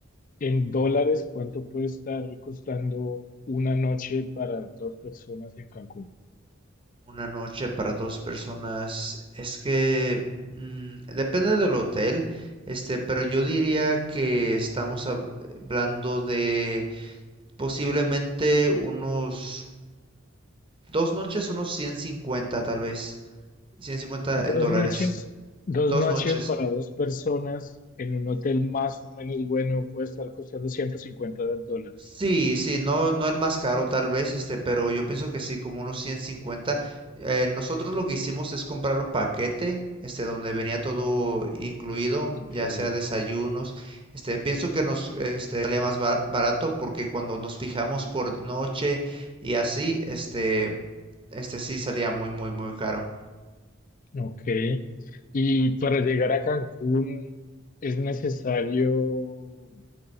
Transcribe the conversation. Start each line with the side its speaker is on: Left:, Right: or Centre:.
Left: en dólares, ¿cuánto puede estar costando una noche para dos personas en Cancún?
Right: Una noche para dos personas. Es que mm, depende del hotel, este, pero yo diría que estamos hab- hablando de posiblemente unos dos noches, unos 150 tal vez. 150
Left: Dos
Right: en dólares.
Left: noches, dos
Right: Dos
Left: noches
Right: noches.
Left: para dos personas en un hotel más o menos bueno puede estar costando ciento cincuenta dólares
Right: Sí, sí, no, no el más caro tal vez, este, pero yo pienso que sí, como unos 150. Eh, nosotros lo que hicimos es comprar un paquete, este, donde venía todo incluido,
Left: incluido.
Right: ya sea desayunos. Este, pienso que nos, este, salía más bar- barato porque cuando nos fijamos por noche y así, este, este sí salía muy, muy, muy caro.
Left: Ok. Y para llegar a Cancún es necesario